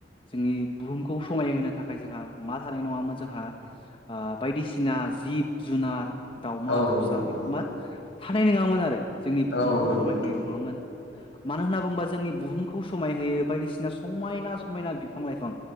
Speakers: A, on the left; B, on the left.
A: जोंनि बुहुमखौ समायहोनो थाखाय जोंहा मा थानाय नङामोन जोंहा ओ बायदिसिना जिब जुनार दावमा
B: औ
A: दाउसा
B: नोंथां
A: बे
B: औ
A: मा थानाय नङामोन आरो जोंनि बुहुमखौ
B: औ नंगौ
A: समाय
B: नोंथां
A: होनाय नङामोन मानो होनना बुङोबा जोंनि बुहुमखौ समाय होयो बायदिसिना समायना समायना बिफां लाइफां